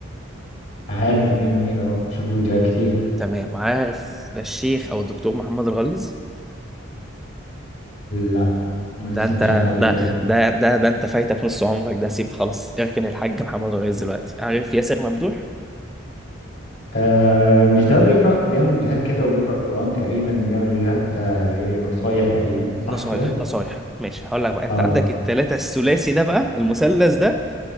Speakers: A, on the left (about 55°); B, in the centre.
A: عارف امير منير اه بشوف له فيديوهات كتير
B: تمام عارف الشيخ او الدكتور محمد الغليظ
A: لا ما
B: ده
A: سمعتش
B: انت
A: عنه قبل
B: ده
A: كده
B: ده ده ده انت فايتك نص عمرك ده سيب خلاص اركن الحاج محمد الغليظ دلوقتي عارف ياسر ممدوح
A: آه مش ده بيقرأ بيعمل فيديوهات كده وبيقرأ قرآن تقريبا بيعمل فيديوهات آه إيه، نصايح تقريبا صح
B: نصايح
A: كده
B: نصايح ماشي هقول لك بقى انت
A: اه
B: عندك التلاتة الثلاثي ده بقى المثلث ده